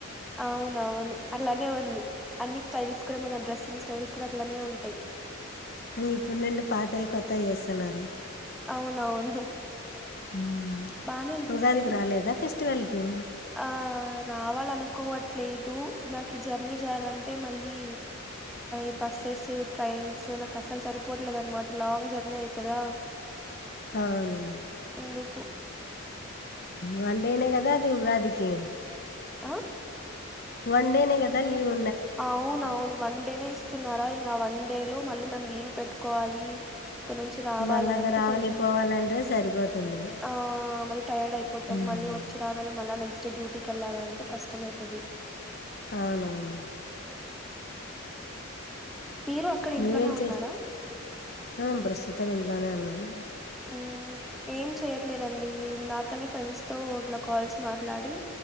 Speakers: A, in the centre; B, on the left (about 50°).
A: అవున అవును అలానే ఉంది అన్ని స్టైల్స్ కూడా మన డ్రస్సింగ్ స్టైల్స్ అక్కడ అట్లనే ఉంటాయ్.
B: ఇంగ ఇప్పుడ్నుండి పాతయి కొత్తవి చేస్తున్నారు.
A: అవునవును.
B: మ్మ్
A: బానే అనిపిస్తది
B: ఉగాదికి రాలేదా ఫెస్టివల్కి
A: ఆ రావాలనుకోవట్లేదు నాకు ఈ జర్నీ చేయాలంటే మళ్ళీ ఈ బస్సెస్ ట్రైన్స్ నాకు అస్సలు సరిపోవట్లేదు అనమాట లాంగ్ జర్నీ అయితదా
B: అవును.
A: దుకు
B: వన్డేనే గదా అది ఉగాదికి
A: ఆ
B: వన్డేనే కదా లీవు
A: అవును అవును వన్ డేనే ఇస్తున్నారా ఇంకా వన్ డే లో మళ్ళీ మేము లీవ్ పెట్టుకోవాలి ఇక్క నుంచి రావాలనింటే
B: మళ్ళా ఇంగ రావాలి
A: కొంచెం
B: పోవాలంటే సరిపోతుంది
A: ఆ మరి టైర్డ్ అయిపోతాం
B: మ్మ్
A: మళ్ళీ వచ్చి రాగానే మళ్ళీ నెక్స్ట్ డే డ్యూటీకి వెళ్ళాలంటే కష్టమయితది
B: అవునవును.
A: మీరు అక్కడ ఇంట్లోనే
B: నువ్వేం చేస్
A: ఉన్నారా
B: ఆ ప్రస్తుతం ఇంట్లోనే ఉన్నాను.
A: మ్ ఏం చేయట్లేదండి ఇందాకనే ఫ్రెండ్స్ తో ఇట్లా కాల్స్ మాట్లాడి